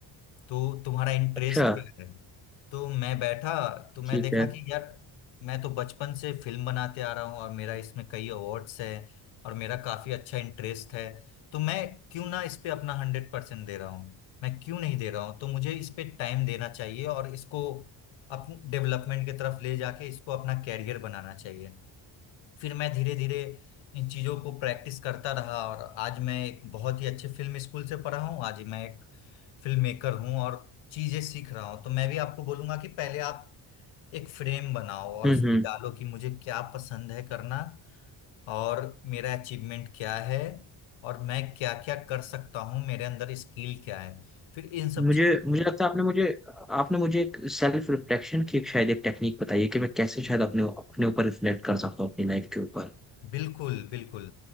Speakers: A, on the left; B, in the centre.
A: तो तुम्हारा इंटरेस्ट
B: अच्छा
A: क्या है तो मैं बैठा तो मैं
B: ठीक
A: देखा
B: है
A: कि यार मैं तो बचपन से फिल्म बनाते आ रहा हूँ और मेरा इसमें कई अवार्ड्स है और मेरा काफी अच्छा इंटरेस्ट है तो मैं क्यों ना इस पे अपना हंड्रेड परसेंट दे रहा हूँ मैं क्यों नहीं दे रहा हूँ तो मुझे इस पे टाइम देना चाहिए और इसको अपने डेवलपमेंट की तरफ ले जाके इसको अपना कैरियर बनाना चाहिए फिर मैं धीरे धीरे इन चीजों को प्रैक्टिस करता रहा और आज मैं एक बहुत ही अच्छे फिल्म स्कूल से पढ़ा हूँ आज मैं एक फिल्म मेकर हूँ और चीजें सीख रहा हूँ तो मैं भी आपको बोलूंगा कि पहले आप एक फ्रेम बनाओ और
B: हम्म
A: उसमें
B: हम्म
A: डालो कि मुझे क्या पसंद है करना और मेरा अचीवमेंट क्या है और मैं क्या क्या कर सकता हूँ मेरे अंदर स्किल क्या है फिर इन सब
B: मुझे
A: चीजों
B: मुझे लगता है आपने मुझे आपने मुझे एक सेल्फ रिफ्लेक्शन की एक शायद एक टेक्निक बताई है कि मैं कैसे शायद अपने अपने ऊपर रिफ्लेक्ट कर सकता हूँ अपनी लाइफ के ऊपर
A: बिल्कुल बिल्कुल